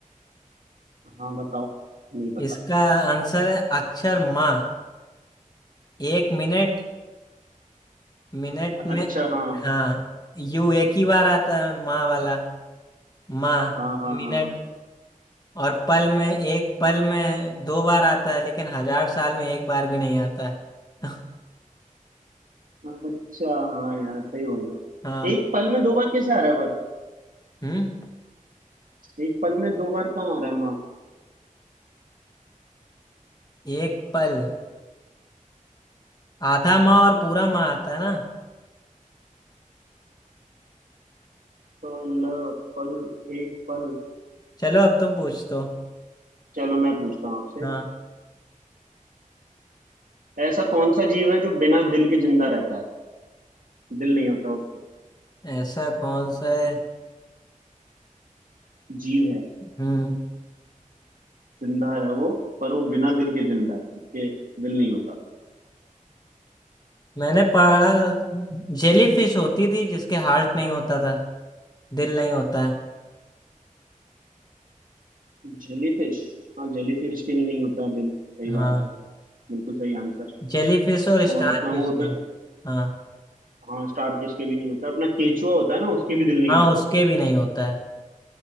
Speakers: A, on the right; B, on the left.
A: हाँ बताओ नहीं पता
B: इसका आंसर है अक्षर माँ एक मिनट मिनट में
A: अच्छा हाँ
B: हाँ यू एक ही बार आता है माँ वाला माँ
A: हाँ हाँ
B: मिनट
A: हाँ
B: और पल में एक पल में दो बार आता है लेकिन हजार साल में एक बार भी नहीं आता है <laughs>
A: हाँ अच्छा हाँ यार सही बोल रहे हो
B: हाँ
A: एक पल में दो बार कैसे आ रहा है
B: हम्म
A: पर एक पल में दो बार कहाँ आ रहा है माँ
B: एक पल आधा माँ और पूरा माँ आता है ना
A: पल पल एक पल
B: चलो अब तुम पूछ दो
A: चलो मैं पूछता हूँ आपसे
B: हाँ
A: ऐसा कौन सा जीव है जो बिना दिल के जिंदा रहता है दिल नहीं होता उसके
B: ऐसा कौन सा है
A: जीव है
B: हम्म
A: जिंदा है वो पर वो बिना दिल के जिंदा है उसके दिल नहीं होता
B: मैंने पढ़ा जेली फिश होती थी जिसके हार्ट नहीं होता था दिल नहीं होता है
A: जेलीफिश हाँ जेलीफिश के भी नहीं होता है दिल सही
B: हाँ
A: बात है बिल्कुल सही आंसर
B: जेलीफिश और स्टार
A: और अपना
B: फिश
A: वो होता
B: के
A: है
B: हाँ
A: हाँ स्टारफिश के भी नहीं होता अपना केचुआ होता है ना उसके भी दिल नहीं
B: हाँ
A: होता
B: उसके भी नहीं होता है